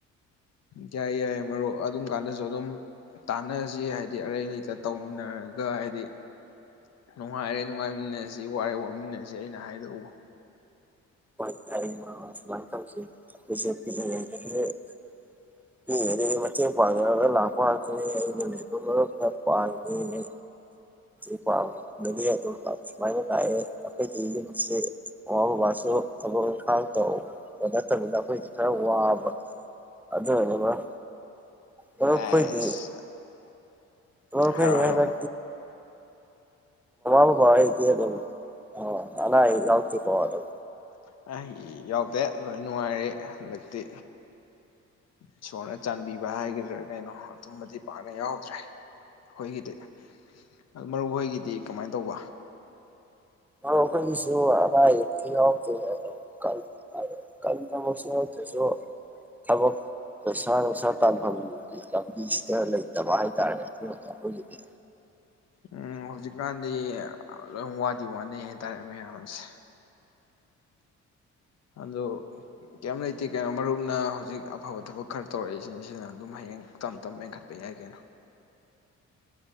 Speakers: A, on the left; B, in the centre.
A: ꯌꯥꯏ ꯌꯥꯏ ꯃꯔꯨꯞ ꯑꯗꯨꯝ ꯀꯥꯟꯗꯁꯨ ꯑꯗꯨꯝ ꯇꯥꯟꯅꯁꯤ ꯍꯥꯏꯗꯤ ꯑꯔꯩ ꯂꯩꯇ ꯇꯧꯃꯤꯟꯅꯔꯒ ꯍꯥꯏꯗꯤ ꯅꯨꯡꯉꯥꯏꯔꯦ ꯅꯨꯡꯉꯥꯏꯃꯤꯟꯅꯔꯁꯤ ꯋꯥꯔꯦ ꯋꯥꯃꯤꯟꯅꯁꯤ ꯑꯩꯅ ꯍꯥꯏꯗꯧꯕ
B: ꯍ‌ꯣꯢ <unintelligible> ꯇꯧꯁꯤ <unintelligible> ꯄꯤꯛꯂꯤꯉꯩꯗꯒꯤ ꯃꯇ‌ꯦꯡ ꯄꯥꯡꯅꯔꯒ ꯂꯥꯛꯄ ꯉꯥꯛꯇꯅꯤ <unintelligible> ꯃꯔꯨꯞꯅ ꯄꯥꯡꯒ‌ꯦ <unintelligible> ꯄꯥꯡꯒꯅꯤ ꯑꯗꯨꯝ ꯁꯨꯃꯥꯢꯅ‌ ꯇꯥꯢꯌ‌ꯦ ꯑꯈ‌ꯣꯢꯗꯤ ꯌꯨꯝꯁ‌ꯩ ꯃꯃꯥ ꯕꯕꯥꯁꯨ ꯊꯕꯛ ꯏꯪꯈꯥꯡ ꯇꯧꯕ ꯅꯠꯇꯕꯤꯗ ꯑꯩꯈꯣꯏꯗꯤ ꯈꯔ ꯋꯥꯕ ꯑꯗꯨꯅꯅꯤ ꯃꯔꯨꯞ ꯃꯔꯨꯞ
A: ꯑꯁ
B: ꯈꯣꯏꯗꯤ <unintelligible> ꯃꯃꯥ
A: ꯍꯥꯏꯔꯣ ꯍꯥꯏꯔꯣ ꯃꯔꯨꯞ
B: ꯕꯕꯥ ꯍ‌ꯣꯏꯗꯤ ꯑꯗꯨꯝ ꯑ ꯑꯅꯥ ꯑꯌ‌ꯦꯛ ꯌꯥꯎꯗ‌ꯦꯀ‌ꯣ
A: ꯑ ꯌꯥꯎ ꯗꯦ ꯂꯣꯏ ꯅꯨꯡꯉꯥꯏꯔ ꯍꯟꯗꯛꯇꯤ ꯏꯁꯣꯔꯅ ꯆꯥꯟꯕꯤꯕ ꯍꯥꯏꯒꯗ꯭ꯔꯥ ꯀꯩꯅꯣ ꯑꯗꯨꯝꯕꯗꯤ ꯄꯥꯛꯅ ꯌꯥꯎꯗ꯭ꯔꯦ ꯑꯩꯈꯣꯏꯒꯤꯗꯤ ꯑꯗꯨ ꯃꯔꯨ ꯍꯣꯏꯒꯤꯗꯤ ꯀꯃꯥꯏꯅ ꯇꯧꯕ
B: ꯑ ꯑꯩꯈꯣꯏꯒꯤꯁꯨ ꯑꯅꯥ ꯑꯌꯦꯛꯛꯇ ꯌꯥꯎꯗꯦ ꯑꯗꯨꯝ ꯑ ꯀꯟ ꯊꯕꯁꯨ ꯌꯥꯎꯗ꯭ꯔꯁꯨ ꯊꯕꯛ ꯄꯩꯁꯥ ꯅꯨꯡꯁꯥ ꯇꯥꯟꯐꯝꯒꯤ ꯂꯝꯕꯤꯁꯤꯗ ꯂꯩꯇꯕ ꯍꯥꯏꯇꯥꯥꯔꯦ ꯑꯗꯨ ꯑꯩꯈꯣꯏꯒꯤꯗꯤ
A: ꯎꯝ ꯍꯧꯖꯤꯛꯀꯥꯟꯗꯤ ꯂꯣꯏ ꯋꯥꯗꯤ ꯋꯥꯅꯩ ꯍꯥꯏꯇꯥꯔꯦ ꯃꯌꯥꯝꯁꯦ ꯑꯗ‌ꯣ ꯀꯔꯤꯝ ꯂꯩꯇꯦ ꯀꯩꯅꯣ ꯃꯔꯨꯞꯅ ꯍꯧꯖꯤꯛ ꯑꯐꯕ ꯊꯕꯛ ꯈꯔ ꯇꯧꯔꯛꯏꯁꯤꯅ ꯁꯤꯅ ꯑꯗꯨꯝ ꯍꯌꯦꯡ ꯇꯞ ꯇꯞ ꯃꯦꯟꯈꯠꯄ ꯌꯥꯏ ꯀꯩꯅꯣ